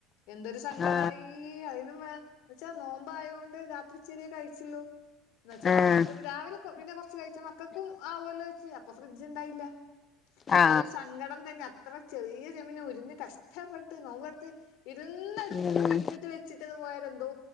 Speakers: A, on the left; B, on the left.
A: എന്തൊരു സങ്കടമായി
B: ആ
A: അതിനും എന്നെച്ചാ നോമ്പ് ആയൊണ്ട് രാത്രി ഇച്ചിരിയെ കഴിച്ചോളള് എന്ന വെച്ചാൽ
B: ആ ആ
A: നമ്മുക്ക് രാവിലെ പിന്നെ കുറച്ചച്ച് കഴിച്ചാൽ മക്കൾക്കും ആവല്ലോ വെച്ച് അപ്പൊ ഫ്രിഡ്ജ് ഉണ്ടായില്ല
B: ആ
A: അതൊരു സങ്കടം തന്നെ അത്ര ചെറിയ ചെമീൻ ഉരുഞ്ഞ് കഷ്ടപ്പെട്ട് നോമ്പെടുത്ത് ഇരുന്നടുത്ത്
B: ഉം
A: ഉരുന്നിട്ട് വെച്ചിട്ടന്ന് പോയൽ എന്തോ